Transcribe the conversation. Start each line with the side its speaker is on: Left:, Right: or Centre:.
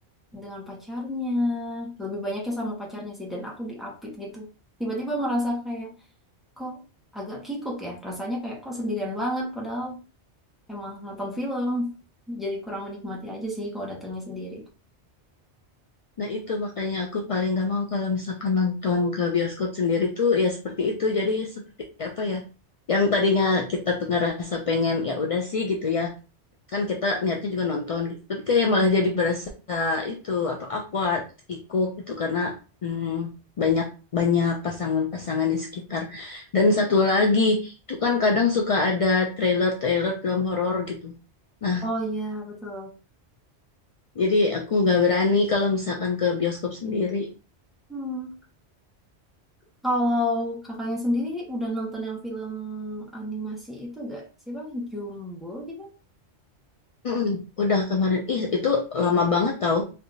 Centre: dengan pacarnya. Lebih banyaknya sama pacarnya sih dan aku diapit gitu. Tiba-tiba merasa kayak kok agak kikuk ya. Rasanya kayak kok sendirian banget padahal emang nonton film. Jadi kurang menikmati aja sih kalau datangnya sendiri.
Left: Nah itu makanya aku paling gak mau kalau misalkan nonton ke bioskop sendiri tuh ya seperti itu. Jadi seperti apa ya? Yang tadinya kita tuh ngerasa pengen ya udah sih gitu ya. Kan kita niatnya juga nonton gitu. Tapi kayak malah jadi berasa itu apa awkward, ikut gitu karena hmm, banyak banyak pasangan-pasangan di sekitar. Dan satu lagi, itu kan kadang suka ada trailer-trailer film horor gitu. Nah,
Centre: Oh iya, betul.
Left: jadi aku nggak berani kalau misalkan ke bioskop sendiri.
Centre: Hmm. Kalau kakaknya sendiri udah nonton yang film animasi itu gak? Siapa? Jumbo gitu?
Left: Mm-mm, udah kemarin. Ih, itu lama banget tau